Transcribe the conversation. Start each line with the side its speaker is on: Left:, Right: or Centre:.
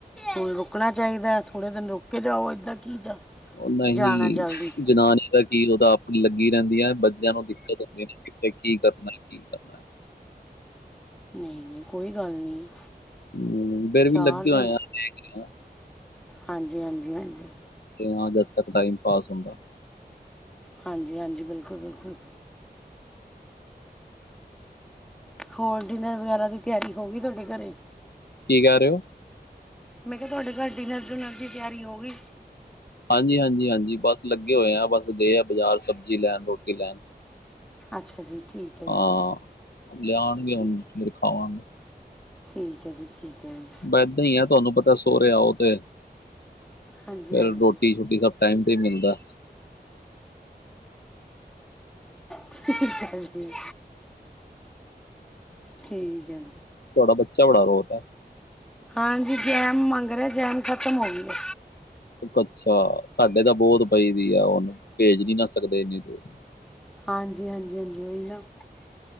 Centre: ਹੁਣ ਰੁਕਣਾ ਚਾਹੀਦਾ। ਥੋੜ੍ਹੇ ਦਿਨ ਰੁਕ ਕੇ ਜਾਓ, ਇੱਦਾਂ ਕੀ ਜਾ
Left: ਉਹ ਨਹੀਂ
Centre: ਜਾਣਾ ਜਲਦੀ
Left: ਜਨਾਨੀ ਦਾ ਕੀ ਉਹਦਾ ਆਪਣੀ ਲੱਗੀ ਰਹਿੰਦੀਆਂ ਬੰਦਿਆ ਨੂੰ ਦਿੱਕਤ ਹੁੰਦੀ ਐ, ਕਿੱਥੇ ਕੀ ਕਰਨਾ ਕੀ ਕਰਨਾ
Centre: ਨਹੀਂ -ਨਹੀਂ ਕੋਈ ਗੱਲ ਨਹੀਂ।
Left: ਹੂੰ, ਫਿਰ ਵੀ
Centre: ਚਾਰ
Left: ਲੱਗੇ
Centre: ਦਿਨ
Left: ਹੋਏ ਆਂ।
Centre: ਹਾਂਜੀ, ਹਾਂਜੀ, ਹਾਂਜੀ।
Left: ਹਾਂ ਜਦ ਤੱਕ ਟਾਈਮ ਪਾਸ ਹੁੰਦਾ।
Centre: ਹਾਂਜੀ -ਹਾਂਜੀ, ਬਿਲਕੁਲ- ਬਿਲਕੁਲ। ਹੋਰ ਡਿਨਰ ਵਗੈਰਾ ਦੀ ਤਿਆਰੀ ਹੋ ਗਈ ਤੁਹਾਡੇ ਘਰੇ
Left: ਕੀ ਕਹਿ ਰਹੇ ਹੋ?
Centre: ਮੈਂ ਕਿਹਾ ਤੁਹਾਡੇ ਘਰ ਡਿਨਰ ਡੂਨਰ ਦੀ ਤਿਆਰੀ ਹੋ ਗਈ।
Left: ਹਾਂਜੀ- ਹਾਂਜੀ- ਹਾਂਜੀ ਬਸ ਲੱਗੇ ਹੋਏ ਆ, ਬਸ ਗਏ ਆ ਬਾਜ਼ਾਰ ਸਬਜ਼ੀ ਲੈਣ ਰੋਟੀ ਲੈਣ।
Centre: ਅੱਛਾ ਜੀ, ਠੀਕ ਹੈ ਜੀ
Left: ਹਾਂ ਲਿਆਉਣਗੇ ਹੁਣ
Centre: ਠੀਕ
Left: ਫਿਰ ਖਾਵਾਂਗੇ
Centre: ਠੀਕ ਹੈ ਜੀ ਠੀਕ ਹੈ ਜੀ
Left: ਬਦਾਂ ਹੀ ਆ ਤੁਹਾਨੂੰ ਪਤਾ ਸੋਰੇ ਆਓ ਤੇ <unintelligible>
Centre: ਹਾਂਜੀ
Left: ਟਾਈਮ
Centre: ਹਾਂਜੀ
Left: ਤੇ ਹੀ ਮਿਲਦਾ
Centre: ਠੀਕ ਹੈ ਜੀ ਠੀਕ ਹੈ ਜੀ
Left: ਤੁਹਾਡਾ ਬੱਚਾ ਬੜਾ ਰੋਲ ਹੈ
Centre: ਹਾਂਜੀ ਜੈਮ ਮੰਗ ਰਿਹਾ ਜੈਮ ਖਤਮ ਹੋ ਗਈ ਹੈ
Left: ਅੱਛਾ ਸਾਡੇ ਤਾਂ ਬਹੁਤ ਪਈ ਦੀ ਆ ਉਹਨੂੰ ਭੇਜ ਨੀ ਨਾ ਸਕਦੇ ਇਨੀ ਤੂੰ
Centre: ਹਾਂਜੀ ਹਾਂਜੀ ਹਾਂਜੀ ਹੋਹੀ ਨਾ